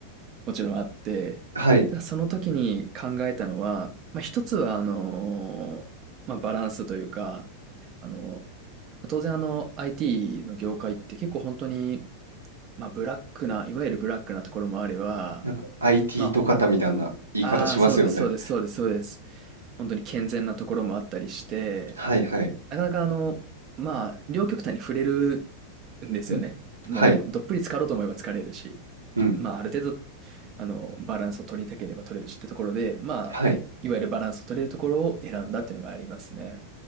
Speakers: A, on the right; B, on the right.
A: もちろんあって、
B: はい。
A: ただその時に考えたのは、まあ一つはあの、まあバランスというか、あの、まあ当然あの IT の業界って結構本当に、まあブラックな、いわゆるブラックなところもあれば、
B: なんか IT
A: まあほん、
B: とかたみたいな言い方しますよね。
A: ああ、そうです、そうです、そうです、そうです。本当に健全なところもあったりして、
B: はいはい。
A: なかなかあの、まあ、両極端に触れるんですよね。
B: うん。
A: もう、
B: はい。
A: どっぷり浸かろうと思えば浸かれるし、
B: うん。
A: まあ、ある程度、あの、バランスを取りたければ取れるしってところで、まあ、
B: はい。
A: いわゆるバランスを取れるところを選んだっていうのがありますね。